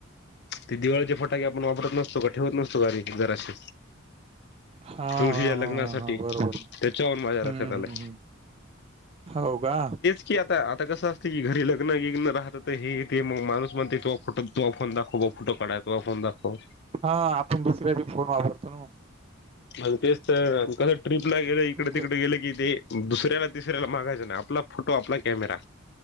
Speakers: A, on the left (about 55°); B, on the right (about 30°).
A: ते दिवाळीचे फटाके आपण वापरत नसतो का ठेवत नसतो का रे जराशी
B: हा हा
A: तुळशीच्या लग्नासाठी
B: हा हा हा बरोबर
A: त्याच्यावरुन माझ्या
B: हम्म
A: लक्षात आलं.
B: हम्म हम्म हो का
A: कि आता आता कसं असते की घरी लग्नि्न राहतात हे ते मग माणूस म्हणते तेव्हा फोटो तो फोनदाखव ब फटो काढय तो फन दखव.
B: हा आपण दुसऱ्याचे फोन वापरतो ना.
A: म्हण तेच तर कसं ट्र्रीप ला गेलं इकडे
B: उग
A: तिकडे गेले की ते दुसऱ्याला तिसऱ्याला मागायच नाही, आपला फोटो आपला कॅमेरा